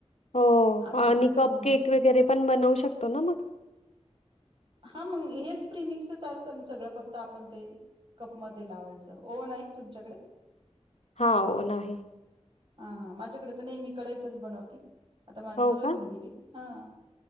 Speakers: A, on the left (about 70°); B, on the right (about 45°).
A: हो
B: आता
A: आणि कप
B: ह
A: केक वगैरे पण बनवू शकतो ना मग?
B: हा मग हेच प्रिमिक्सच असतं ना सगळं फक्त आपण ते कप मध्ये लावायचं. ओव्हन आहे का तुमच्याकडे?
A: हा ओव्हन आहे.
B: हा हा माझ्याकडे तर नाही मी कडईतच बनवती आता माझी
A: हो
B: सवय
A: का?
B: होऊन गेली हा.